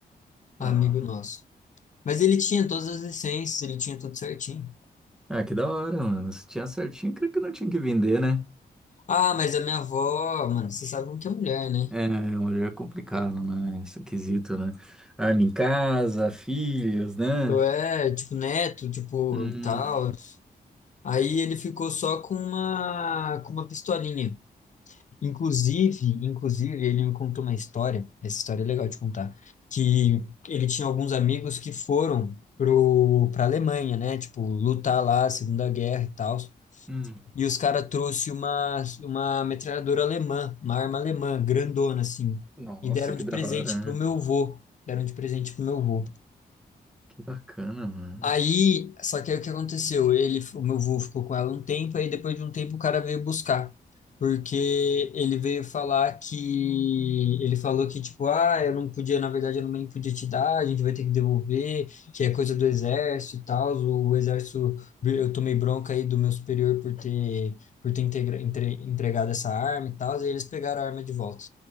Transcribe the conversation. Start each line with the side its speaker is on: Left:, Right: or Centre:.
Centre: não.
Left: amigo nosso. Mas ele tinha todas as licenças, ele tinha tudo certinho.
Centre: Ah, que da hora, mano. Se tinha certinho, creio que não tinha que vender, né?
Left: Ah, mas a minha avó, mano, vocês sabem que é mulher, né?
Centre: É, mulher é complicado, né? Esse quesito, né? Arma em casa, filhos, né?
Left: Eu é, tipo, neto, tipo,
Centre: Hum,
Left: tal. Aí ele ficou só com uma, com uma pistolinha. Inclusive, inclusive, ele me contou uma história, essa história é legal de contar, que ele tinha alguns amigos que foram pro, pra Alemanha, né? Tipo, lutar lá, Segunda Guerra e tal.
Centre: hum.
Left: E os caras trouxe uma, uma metralhadora alemã, uma arma alemã, grandona, assim.
Centre: Nossa,
Left: E deram
Centre: que
Left: de
Centre: da
Left: presente
Centre: hora.
Left: pro meu vô. Deram de presente pro meu vô.
Centre: Que bacana, mano.
Left: Aí, só que aí o que aconteceu? Ele, o meu avô ficou com ela um tempo, aí depois de um tempo o cara veio buscar. Porque ele veio falar que. Ele falou que, tipo, ah, eu não podia, na verdade, eu não podia te dar, a gente vai ter que devolver, que é coisa do exército e tal. O, o exército, eu tomei bronca aí do meu superior por ter, por ter integra- entre- entregado essa arma e tal, e eles pegaram a arma de volta.